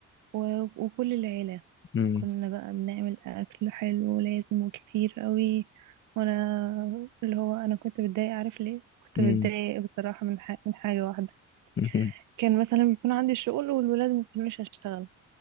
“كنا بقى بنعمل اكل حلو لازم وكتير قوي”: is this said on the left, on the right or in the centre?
Right